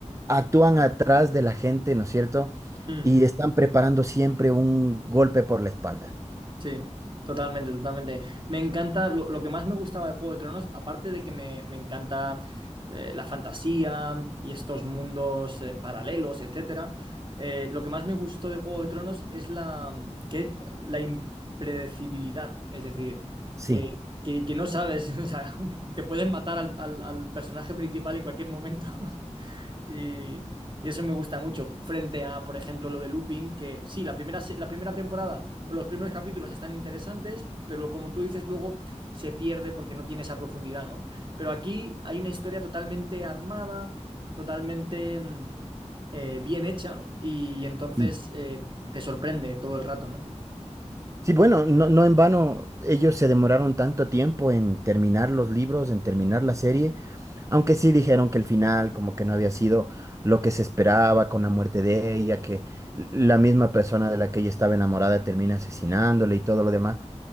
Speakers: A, on the right; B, on the right.
A: actúan atrás de la gente, ¿no es cierto?
B: <laughs> Mm,
A: Y están preparando siempre un golpe por la espalda.
B: Sí, totalmente, totalmente. Me encanta, lo, lo que más me gustaba de Juego de Tronos, aparte de que me, me encanta eh, la fantasía y estos mundos eh, paralelos, etcétera, eh, lo que más me gustó de Juego de Tronos es la, que, la impredecibilidad, es decir,
A: Sí.
B: que, que, que no sabes, <laughs> o sea, te pueden matar al, al al personaje principal en cualquier momento y, y eso me gusta mucho. Frente a, por ejemplo, lo de Lupin, que sí, la primera, se- la primera temporada o los primeros capítulos están interesantes, pero como tú dices, luego se pierde porque no tiene esa profundidad, ¿no? Pero aquí hay una historia totalmente armada, totalmente mm, eh, bien hecha y entonces
A: sí.
B: eh, te sorprende todo el rato, ¿no?
A: Sí, bueno, no, no en vano ellos se demoraron tanto tiempo en terminar los libros, en terminar la serie, aunque sí dijeron que el final como que no había sido lo que se esperaba con la muerte de ella, que la misma persona de la que ella estaba enamorada termina asesinándole y todo lo demás,